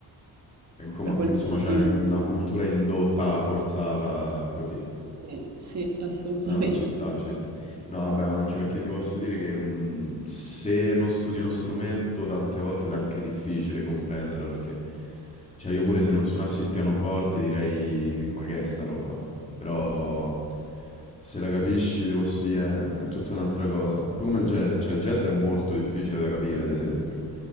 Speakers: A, on the left (about 20°); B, on the right (about 40°).
A: in com-
B: da quel
A: Insomma,
B: punto
A: c'è
B: di vista.
A: una cultura indotta, forzata, così.
B: Sì, sì, assolutamente.
A: No, ci sta, ci sta. No, vabbè, ma anche perché ti posso dire che mm, se non studi uno strumento, tante volte è anche difficile comprenderla, perché, cioè, io pure se non suonassi il pianoforte direi, ma che è sta roba? Però... se la capisci, ti posso dire, è, è tutta un'altra cosa. Un po' come il jazz, cioè il jazz è molto difficile da capire, ad esempio.